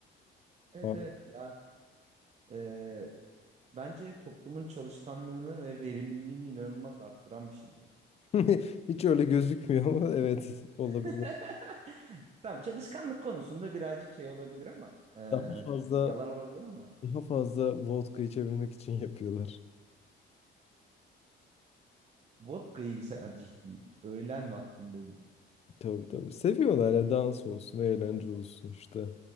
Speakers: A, on the right; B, on the left.
A: Evet
B: Abi,
A: evet ya eee, bence toplumun çalışkanlığını ve verimliliğini inanılmaz arttıran bir şey bu.
B: <laughs> Hiç öyle gözükmüyor ama evet olabilir.
A: <laughs> Tamam çalışkanlık konusunda birazcık şey olabilir ama eee,
B: Daha fazla
A: yani yalan olabilir ama
B: daha fazla vodka içebilmek için yapıyorlar.
A: vodka iyi bir tercih değil. Öğlen vaktinde
B: Tabii tabii. Seviyorlar ya dans olsun, eğlence olsun işte.